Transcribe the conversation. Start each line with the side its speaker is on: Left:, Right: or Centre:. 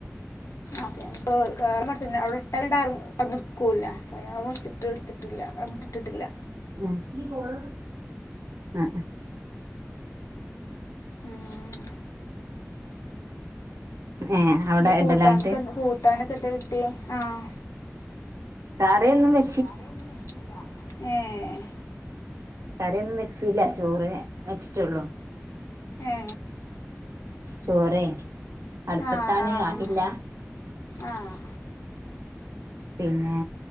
Left: അപ്പ ഞാൻ ഇപ്പോ കേറാൻ മടിച്ച് അവ്ടെ ഇട്ട എന്താ അവിട്ന്ന് ഇട്ക്കൂല്ല. അപ്പ അയിന് മട്ച്ചിട്ട് ഇട്ത്ത് ട്ടില്ല. അപ്പ ഇട്ടിട്ടില്ല.
Right: ആഹ്, ഇഞ്ഞ് പോണം. ആഹ്, ആഹ്
Left: ആഹ്
Right: ഏഹ് അവിടെ
Left: ഇത് കൂട്ടാൻക്ക്
Right: ഇടലാട്ട്
Left: എന്ത് കൂട്ടാനൊക്കെ എന്തെ കിട്ടിയെ? ആഹ്.
Right: കറിയൊന്നും വെ
Left: കറിയൊന്നും വെച്ചില്ല. ഏഹ്
Right: കറിയൊന്നും വെച്ചീല്ല ചോറ് വെച്ചിട്ടൊള്ളൂ.
Left: ഏ
Right: ചോറേ, അട്പ്പത്താണ്
Left: ആഹ് ആഹ്
Right: ആയില്ല.
Left: ആഹ്
Right: പിന്നെ,